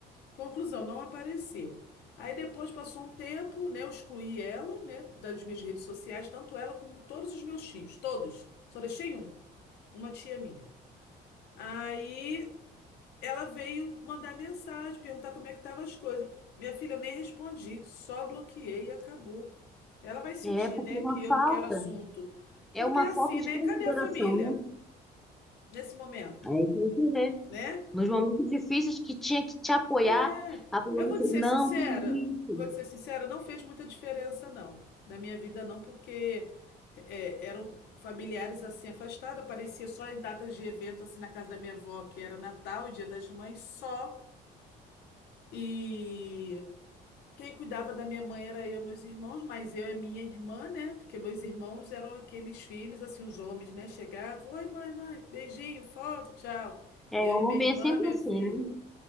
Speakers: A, on the left; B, in the centre.
A: Conclusão, não apareceu. Aí depois passou um tempo, né? Eu excluí ela, né, das minhas redes sociais, tanto ela como todos os meus tios, todos. Só deixei um, uma tia minha. Aí ela veio mandar mensagem, perguntar como é que estavam as coisas. Minha filha, eu nem respondi, só bloqueei e acabou. Ela vai sentir,
B: É porque
A: né,
B: é uma
A: que eu
B: falta
A: não quero assunto.
B: é
A: Porque
B: uma
A: é assim,
B: falta de
A: né?
B: consideração,
A: Cadê a família
B: né?
A: nesse momento,
B: É aí que você vê.
A: né?
B: Nos momentos difíceis que tinha que te apoiar,
A: É,
B: a pessoa
A: Eu
B: disse,
A: vou te ser
B: não,
A: sincera,
B: que isso.
A: vou te ser sincera, não fez muita diferença, não. Na minha vida, não, porque é, eram familiares assim afastados, aparecia só em datas de evento, assim, na casa da minha avó, que era Natal e Dia das Mães só. E quem cuidava da minha mãe era eu, e meus irmãos, mas eu e minha irmã, né? Porque meus irmãos eram aqueles filhos, assim, os homens, né? Chegavam, oi, mãe, mãe, beijinho, foto, tchau.
B: É,
A: Eu
B: homem
A: e minha irmã,
B: é sempre
A: minha
B: assim,
A: filha.
B: né?